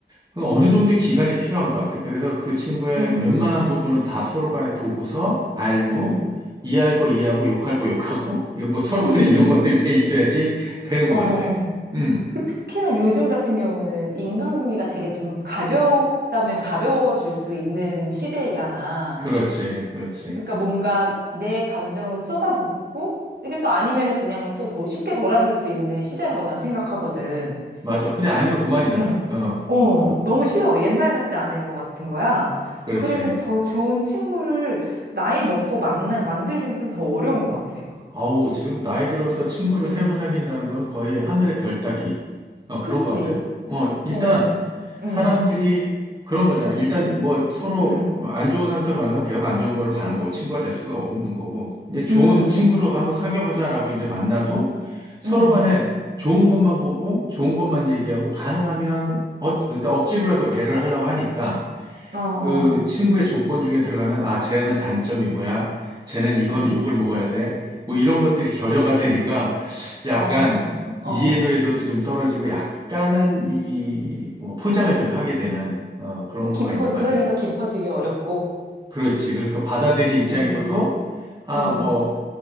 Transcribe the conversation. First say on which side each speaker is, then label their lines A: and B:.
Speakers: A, on the right; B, on the right.
A: 그 어느 정도의 기간이 필요한 것 같아. 그래서 그 친구의
B: 응,
A: 웬만한 부분은 다 서로 간에 보고서 알고
B: 응, 응.
A: 이해할 거 이해하고 욕할 거 욕하고 이뭐 서로
B: <laughs>
A: 간에 이런 것들이 돼 있어야지 되는 것
B: 어,
A: 같아. 음,
B: 그 특히나 요즘 같은 경우는 인간관계가 되게 좀 가볍다면 가벼워질 수 있는 시대잖아.
A: 그렇지, 그렇지.
B: 그러니까 뭔가 내 감정을 쏟아붓고 이게 또 아니면은 그냥 또 더 쉽게 돌아설 수 있는 시대라고 난 생각하거든.
A: 맞아. 그냥 아니면 그만이잖아.
B: 응.
A: 어,
B: 어,
A: 어,
B: 너무 쉬워. 옛날 같지 않은 것 같은 거야.
A: 그렇지.
B: 그래서 더 좋은 친구를 나이 먹고 만나, 만들기는 좀 더 어려운 것 같아.
A: 아우, 지금 나이 들어서 친구를
B: 응.
A: 새로 사귄다는 거는 거의 하늘의 별 따기. 어,
B: 그치.
A: 그런 것 같아요. 어, 일단,
B: 어. 응.
A: 사람들이 그런 거잖아. 일단 뭐 서로
B: 응.
A: 안 좋은 상태로 만나면 계속 안 좋은 걸로 가는 거고, 친구가 될 수가 없는 거고. 이제 좋은
B: 응. 응.
A: 친구로 한번 사귀어보자라고 이제 만나도 서로
B: 응.
A: 간에 좋은 것만 보고, 좋은 것만 얘기하고, 가능하면, 어, 그러니까 억지로라도 배려를 하려고 하니까,
B: 어, 어,
A: 그 친구의 조건 중에 들어가는 아 쟤는 단점이 뭐야 쟤는 이거는
B: 어,
A: 욕을 먹어야 돼 뭐 이런 것들이 결여가 되니까 약간
B: 어,
A: 이해도에서도
B: 어.
A: 좀 떨어지고 약간은 이 뭐 포장을 좀 하게 되는 어 그런
B: 또 깊어,
A: 거가 있는
B: 그러니까
A: 것 같아요.
B: 깊어지기 어렵고.
A: 그렇지. 그러니까 받아들인 입장에서도
B: 음,
A: 아
B: 음,
A: 뭐